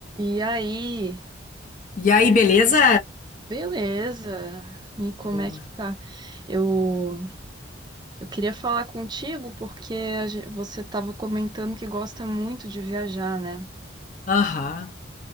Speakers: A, on the right (about 25°); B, on the left (about 45°).
A: E aí,
B: E aí, beleza?
A: beleza? E como
B: Boa.
A: é que tá? Eu, eu queria falar contigo porque a gen- você estava comentando que gosta muito de viajar, né?
B: Aham,